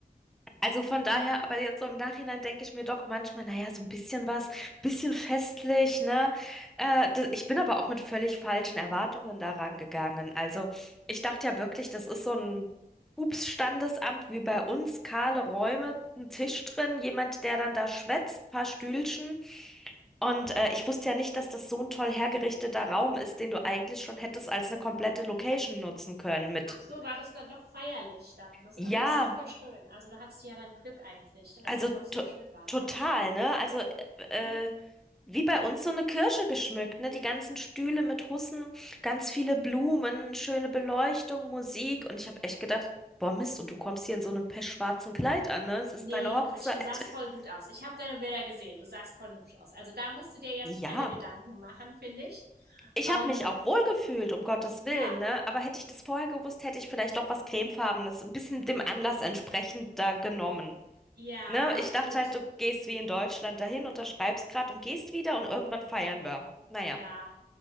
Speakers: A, in the centre; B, on the right.
A: Also von daher, aber jetzt so im Nachhinein denke ich mir doch manchmal, naja, so ein bisschen was, bisschen festlich, ne? Äh, da- ich bin aber auch mit völlig falschen Erwartungen daran gegangen. Also ich dachte ja wirklich, das ist so ein Ups-Standesamt wie bei uns, kahle Räume, ein Tisch drin, jemand, der
B: Mhm.
A: dann da schwätzt, paar Stühlchen. Und äh, ich wusste ja nicht, dass das so ein toll hergerichteter Raum ist, den du eigentlich schon hättest als eine komplette Location nutzen können mit.
B: Ach so, war das dann doch feierlich dann. Das,
A: Ja,
B: aber das ist doch voll schön. Also, da hattest du ja dann Glück eigentlich, dass
A: also
B: es trotzdem
A: to
B: schön war,
A: total,
B: ne?
A: ne? Also.
B: Mhm.
A: äh, äh, Wie bei uns so eine Kirche geschmückt, ne? Die ganzen Stühle mit Hussen, ganz viele Blumen, schöne Beleuchtung, Musik. Und ich habe echt gedacht, boah, Mist, und du kommst hier in so einem pechschwarzen Kleid an, ne? Es ist
B: Nee,
A: deine Hochzeit.
B: Quatsch, du sahst
A: <laughs>
B: voll gut aus. Ich habe deine Bilder gesehen. Du sahst voll hübsch aus. Also, da musst du dir jetzt
A: Ja,
B: keine Gedanken machen, finde ich.
A: ich
B: Ähm,
A: habe mich auch wohlgefühlt, um Gottes
B: ja,
A: Willen, ne? Aber hätte ich das vorher gewusst, hätte ich vielleicht doch was Cremefarbenes, ein bisschen dem Anlass entsprechend da genommen.
B: ja,
A: Ne? Ich dachte
B: gut,
A: halt, du gehst wie in Deutschland dahin, unterschreibst grad und gehst wieder und irgendwann feiern wir. Naja.
B: ja.